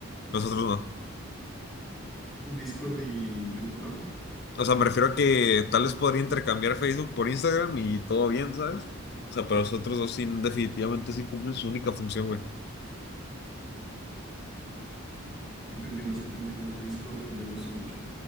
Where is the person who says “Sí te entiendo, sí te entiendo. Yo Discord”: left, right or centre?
Centre